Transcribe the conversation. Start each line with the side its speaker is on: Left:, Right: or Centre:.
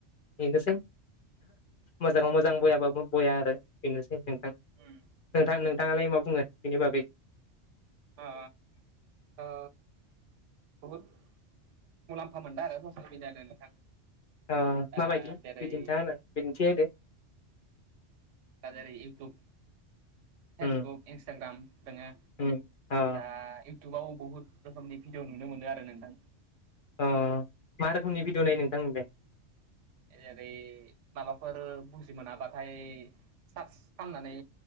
Left: बेनोसै मोजाङाव मोजां बयाबाबो बया आरो बेनोसै नोंथां
Right: उम
Left: नोंथां नोंथाङालाय मा बुङो बेनि बागै
Right: ओ ओ बुहुद मुलाम्फा मोनदों आरो ससियेल मिडियादो नोंथां
Left: ओ
Right: दा
Left: माबायदि
Right: जेरै
Left: बिदिन्था होनो बिदिन्थि होदो
Right: आर ओरै इउटुब फेसबुक
Left: उम
Right: इन्सटाग्राम नोङो
Left: <unintelligible>
Right: ओ इउटुबाव बहुत रोखोमनि भिडिअ नुनो मोनो आरो नोंथां
Left: ओ मा रोखोमनि भिडिअ नाइयो नोंथां नोंलाय?
Right: जेरै माबाफोर बुजि मोनाबाथाय सार्स खालामनानै